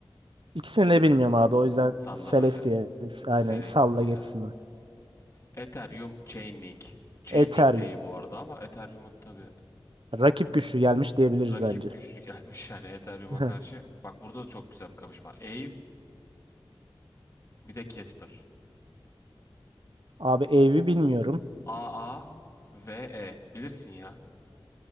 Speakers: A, on the right (about 70°); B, on the left (about 35°).
A: İkisini de bilmiyorum abi. O yüzden
B: sallamaca.
A: Celestia
B: Celestia.
A: aynen salla geçsin bunu.
B: Ethereum Chainlink. Chainlink
A: Ethereum.
B: de iyi bu arada ama Ethereum'un tabii
A: Rakip güçlü gelmiş diyebiliriz
B: rakip
A: bence.
B: güçlü <laughs> gelmiş yani Ethereum'a
A: <laughs>
B: karşı. Bak burada da çok güzel bir kapışma. Aave bir de Casper.
A: Abi Eevee bilmiyorum.
B: A ve E. Bilirsin ya.